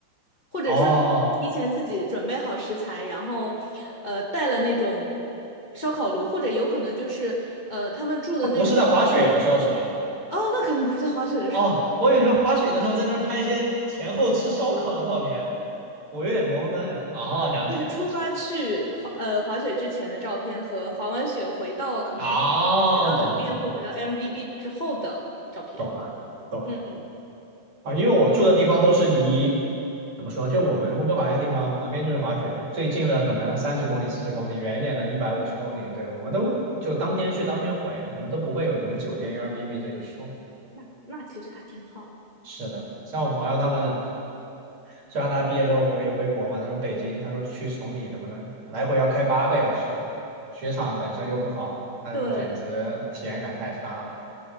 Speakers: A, on the left; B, on the right.
A: 或者说是提前自己准备好食材，
B: 哦，
A: 然后呃带了那种烧烤炉，或者有可能就是呃他们住的那种，
B: 他不是在滑雪的时候是吧？
A: 哦，那肯定不是在滑雪的时候，
B: 哦，我以为你说滑雪的时候在那儿拍一些前后吃烧烤的照片，我有点懵，当时。哦，了解了解。
A: 就是出发去滑呃滑雪之前的照片和滑完雪回到可能
B: 哦，
A: 回到酒店或回到
B: 懂了懂了，
A: Airbnb 之后的照片，
B: 懂了，懂了
A: 嗯，
B: 啊，因为我住的地方都是离，怎么说，就我们温哥华这个地方旁边就是滑雪嘛，最近的可能三十公里、四十公里，远一点的一百五十公里，对，我们都就当天去当天回，我们都不会有什么酒店、Airbnb 这一说。
A: 那那其实还挺好的。
B: 是的，像我朋友他们，加拿大毕业之后回回国嘛，他说北京，他说去崇礼什么的，来回要开八个小时，雪场本身又不好，他说简直体验感太差了。
A: 对，